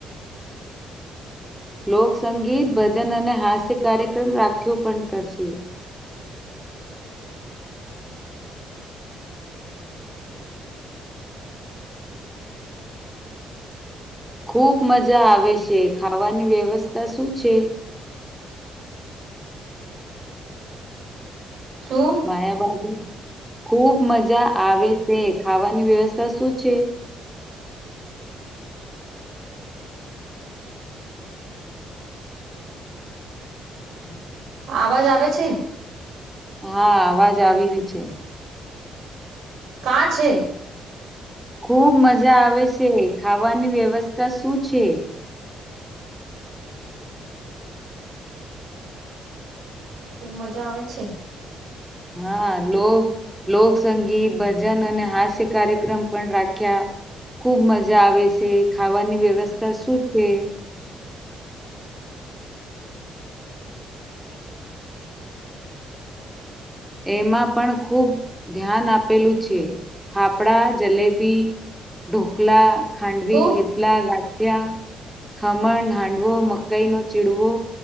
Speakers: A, in the centre; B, on the right (about 75°).
A: લોકસંગીત ભજન અને હાસ્ય કાર્યક્રમ રાખ્યો પણ કરશે. ખૂબ મજા આવે છે, ખાવાની વેવસ્થા શું છે?
B: શું?
A: માયા બા ખૂબ મજા આવે છે, ખાવાની વેવસ્થા શું છે? <inaudible>
B: આવાજ આવે છે?
A: હા, આવાજ આવી રયો છે.
B: કા છે?
A: ખૂબ મજા આવે છે, ખાવાની વેવસ્થા શું છે?
B: ખૂબ મજા આવે છે.
A: હા, લોગ લોકસંગીત ભજન અને હાસ્ય કાર્યક્રમ પણ રાખ્યા. ખૂબ મજા આવે છે, ખાવાની વેવસ્થા શું છે? એમાં પણ ખૂબ ધ્યાન આપેલું છે. ફાફડા, જલેબી ઢોકલા, ખાંડવી,
B: શું
A: થેપ લા, ગાંઠિયા, ખંમણ, હાંડવો, મકાઈનો ચીડવો,